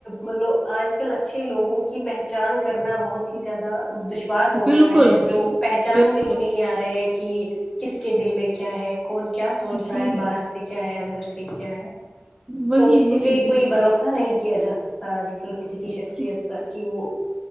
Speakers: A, on the left (about 15°); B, on the right (about 15°).
A: ملو آج کل اچھے لوگوں کی پہچان کرنا بہت ہی زیادہ دش وار ہو
B: بالکل
A: گیا ہے لوگ
B: بالکل
A: پہچان میں ہی نہیں آ رہے ہیں کہ کس کے دل میں کیا ہے کون کیا سوچ رہا
B: جی
A: ہے باہر سے کیا ہے اندر سے کیا ہے
B: وہی
A: تو کسی
B: وہی
A: پہ
B: بالکل
A: کوئی بھروسہ نہیں کیا جا سکتا آج کل کسی کی شخصیت
B: کس
A: پر کہ وہ